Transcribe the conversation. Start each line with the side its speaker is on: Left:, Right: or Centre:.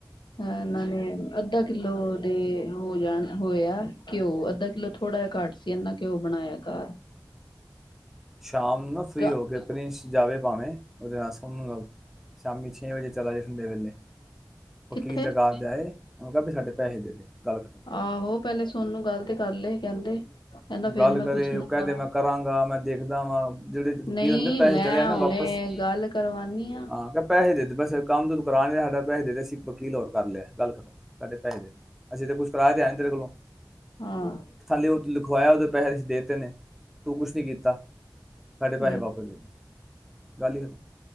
Left: ਅ ਇਹਨਾਂ ਨੇ ਅੱਧਾ ਕਿੱਲੋ ਦੇ ਹੋ ਜਾਣ ਹੋਇਆ ਘਿਓ ਅੱਧਾ ਕਿੱਲੋ ਥੋੜਾ ਜਿਹਾ ਘੱਟ ਸੀ ਇਹਨਾ ਕਿ ਉਹ ਬਣਾਇਆ ਘਰ
Centre: ਸ਼ਾਮ ਨੂੰ ਨਾ ਫ੍ਰਰੀ
Left: ਗ
Centre: ਹੋ ਕੇ ਪ੍ਰਿੰਸ ਜਾਵੇ ਭਾਵੇਂ ਉਹਰਾਸਣ ਲਓ ਸ਼ਾਮੀ ਛੇ ਵਜੇ ਚਲਾ ਜ ਹ ਦੇ ਵੇਲੇ
Left: ਕਿੱਥੇ
Centre: ਵਕੀਲ ਲਗਾਤ ਜਾਏ ਵੀ ਸਾਡੇ ਪੈਸੇ ਦੇ ਦੇ ਗੱਲ ਖਤਮ
Left: ਆਹੋ ਪਹਿਲੇ ਸੋਨ ਨੂੰ ਗੱਲ ਤੇ ਕਰ ਲਏ ਕਹਿੰਦੇ ਕਹਿੰਦਾ ਫੇਰ
Centre: ਗੱਲ
Left: ਮੈਂ
Centre: ਕਰੇ
Left: ਪੁੱਛਣਾ
Centre: ਉਹ ਕਹਿ ਦੇ ਮੈਂ ਕਰਾਂਗਾ ਮੈਂ ਦੇਖਦਾ ਵਾਂ ਜਿਹੜੇ ਵਕੀਲ
Left: ਨਹੀਂ
Centre: ਹੁੰਦੇ ਪੈਸੇ
Left: ਮੈਂ
Centre: ਚਲੇ ਨਾ
Left: ਹੁਣੇ
Centre: ਵਾਪਸ
Left: ਗੱਲ ਕਰਵਾਨੀ ਆ
Centre: ਹਾਂ ਕ ਪੈਸੇ ਦੇ ਬਸ ਕੰਮ ਤੋਂ ਦਕਾਨ ਸਾਡਾ ਪੈਸੇ ਦੇ ਸੀ ਵਕੀਲ ਹੋਰ ਕਰ ਲਿਆ ਗੱਲ ਖਤਮ ਸਾਡੇ ਪਦੇ ਅਸੀਂ ਤਾਂ ਕੁੱਛ ਕਰਾ ਦੇ ਆ ਤੇਰੇ ਕੋਲੋਂ
Left: ਹਾਂ
Centre: ਉਹੂੰ ਲਿਖਵਾਇਆ ਉਹਦੇ ਪੈਸੇ ਅ ਦੇ ਦਿੱਤੇ ਨੇ ਤੂੰ ਕੁਛ ਨੀ ਕੀਤਾ ਸਾਡੇ
Left: ਸਹੀ
Centre: ਪੈਸੇ ਵਾਪਰ ਜਦੇ ਗਾਲ ਹ